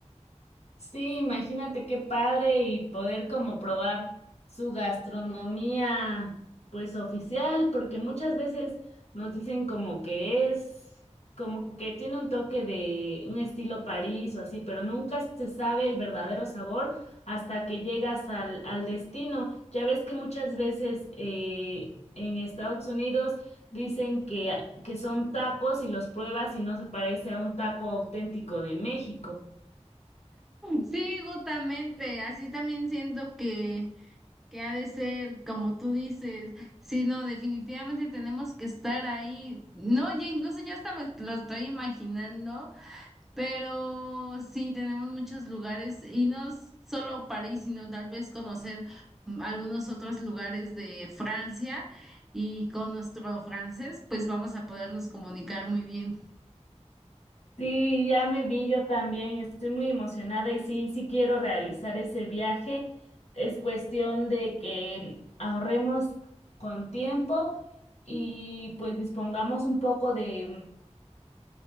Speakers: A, on the left; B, in the centre.
A: Sí, imagínate qué padre y poder como probar su gastronomía pues oficial, porque muchas veces nos dicen como que es, como que tiene un toque de un estilo París o así, pero nunca se sabe el verdadero sabor hasta que llegas al, al destino. Ya ves que muchas veces eh, en Estados Unidos dicen que, que son tacos y los pruebas y no se parece a un taco auténtico de México.
B: Sí, justamente. Así también siento que que ha de ser, como tú dices, sí, no, definitivamente tenemos que estar ahí. No, ya incluso ya hasta me lo estoy imaginando, pero sí, tenemos muchos lugares y no s- solo París, sino tal vez conocer mm, algunos otros lugares de Francia y con nuestro francés, pues vamos a podernos comunicar muy bien.
A: Sí, ya me vi yo también, estoy muy emocionada y sí, sí quiero realizar ese viaje. Es cuestión de que ahorremos con tiempo y pues dispongamos un poco de,